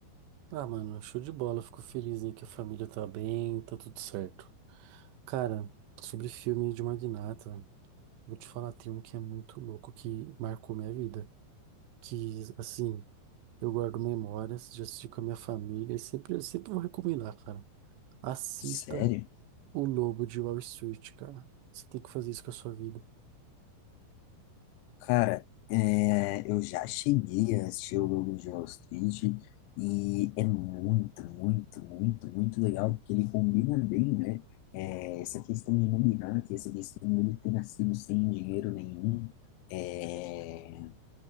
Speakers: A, on the right; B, on the left.
A: Ah, mano, show de bola, fico feliz aí que a família tá bem, tá tudo certo. Cara, sobre filme de magnata, vou te falar, tem um que é muito louco, que marcou minha vida. Que, assim, eu guardo memórias, já assisti com a minha família, e sempre, eu sempre vou recomendar, cara. Assista
B: Sério?
A: O Lobo de Wall Street, cara. Você tem que fazer isso com a sua vida.
B: Cara, é, eu já cheguei a assistir o Lobo de Wall Street e é muito, muito, muito, muito legal porque ele combina bem, né? É, essa questão de nominato, essa questão dele ter nascido sem dinheiro nenhum. eh,